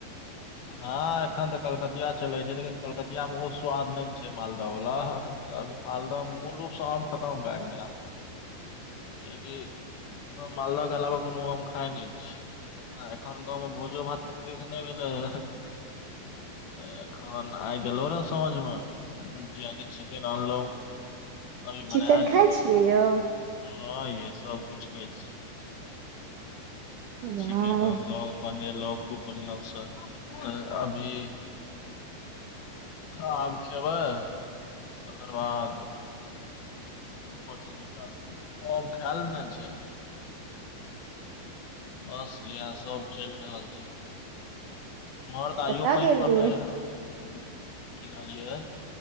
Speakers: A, on the left; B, on the right.
A: हँ एखन तऽ कलकतिया चलै छैय लेकिन कलकतियामे ओ स्वाद नहि ने छैय मालदह वला। तऽ अभी मालदह मूल रूप से आम खतम भए गेलै आब कियाकि मालदह क अलावा कोनो आम खाय नहि छी आ एखन गाँंव में भोजो भात कते दिन नहि भेलैया। <unintelligible> त एखन आइ गेलव रहैं साझ मे जाके चिकेन अनलहु। अभी बनाय
B: चिकन खाय छियै यौ
A: <unintelligible> सबकुछ खाय
B: वाह
A: चिकेन आनलौ बनेलौ। खूब बढ़िआंसँ तऽ अभी आब खेबै तकर बाद ऊपर से दूटा आम खा लेने छैय। बस यैह सब चैल रहल छैय। उम्हर तऽ आइयो
B: कतय
A: पानी
B: गेल
A: पड़ले
B: रहियै
A: रहे, की कहलियै?